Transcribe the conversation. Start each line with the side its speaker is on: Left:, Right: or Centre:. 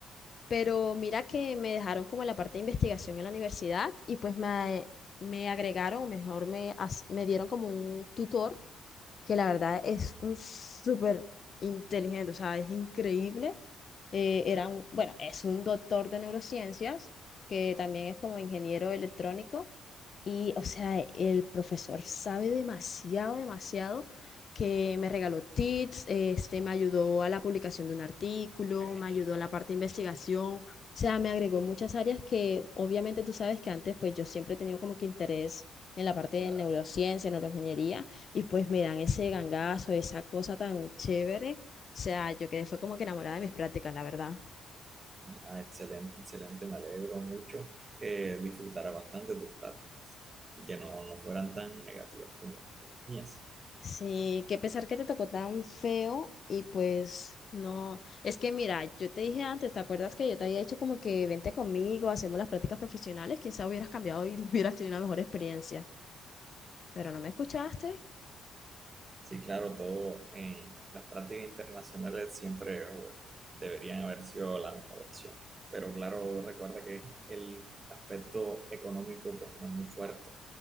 Left: pero mira que me dejaron como la parte de investigación en la universidad y pues me, me agregaron, o mejor me, as- me dieron como un tutor que la verdad es un súper inteligente, o sea, es increíble. Eh, era un, bueno, es un doctor de neurociencias, que también es como ingeniero electrónico, y, o sea, el profesor sabe demasiado, demasiado, que me regaló tips, este, me ayudó a la publicación de un artículo,
Right: Qué Genial,
Left: me ayudó en la parte de investigación, o sea, me agregó muchas áreas que obviamente tú sabes que antes, pues yo siempre he tenido como que interés en la parte
Right: claro.
Left: de neurociencia, neuroingeniería, y pues me dan ese gangazo, esa cosa tan chévere, o sea, yo quedé, fue como que enamorada de mis prácticas, la verdad.
Right: Ah, excelente, excelente. Me alegro mucho que disfrutara bastante tus prácticas y que no, no fueran tan negativas como las mías.
Left: Sí, qué pesar que te tocó tan feo y pues no, es que mira, yo te dije antes, ¿te acuerdas que yo te había dicho como que vente conmigo, hacemos las prácticas profesionales? Quizá hubieras cambiado y <laughs> hubieras tenido una mejor experiencia, pero no me escuchaste.
Right: Sí, claro, todo en las prácticas internacionales siempre pues, deberían haber sido la mejor opción. Pero claro, recuerda que el aspecto económico pues no es muy fuerte.